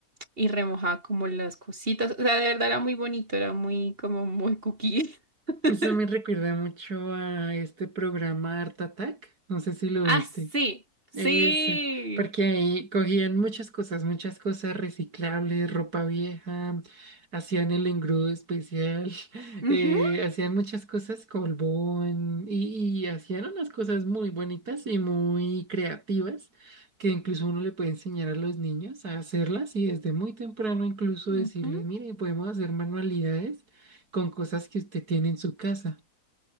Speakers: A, on the right; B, on the right.
A: y remojaba como las cositas. O sea, de verdad era muy bonito, era muy como muy cookie. <laughs>
B: Eso me recuerda mucho a este programa Art Attack. No sé si lo
A: Ah,
B: viste.
A: sí, sí.
B: Eso, porque ahí cogían muchas cosas, muchas cosas reciclables, ropa vieja, hacían el engrudo especial, <laughs>
A: Ujú,
B: eh, hacían muchas cosas, colbón, y, y hacían unas cosas muy bonitas y muy creativas, que incluso uno le puede enseñar a los niños a hacerlas y desde muy temprano incluso
A: ujú.
B: decirles, mire, podemos hacer manualidades con cosas que usted tiene en su casa.